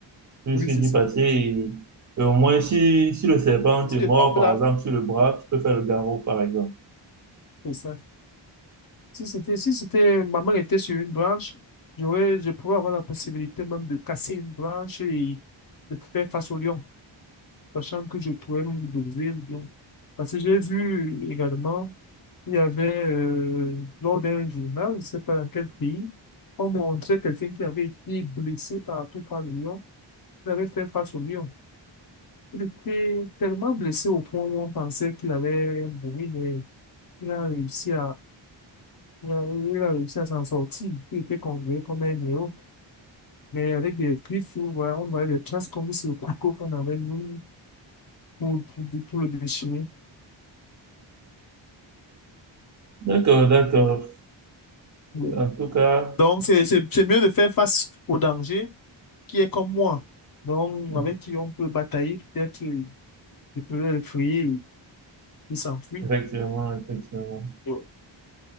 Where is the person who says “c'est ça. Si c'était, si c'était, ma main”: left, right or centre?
Left